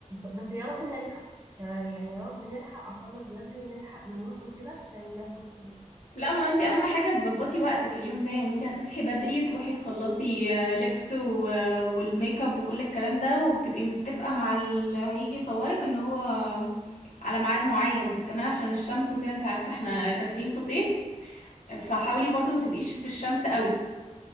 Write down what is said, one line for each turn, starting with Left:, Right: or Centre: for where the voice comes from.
Right: بس يا رب نلحق يعني يا رب نلحق اخلص بدري ونلحق نروح وكده عشان ناخد صورة
Left: لا ما انت اهم حاجة تظبطي وقتك اليوم ده يعني انت هتصحي بدري تروحي تخلصي آه، لبس و- آه، والميك اب وكل الكلام ده وبتبقي متفقة مع اللي هيجي يصورك ان هو على ميعاد معين كمان عشان الشمس وكده انت عارفة احنا داخلين في صيف فحاولي برضو ما تبقيش في الشمس قوي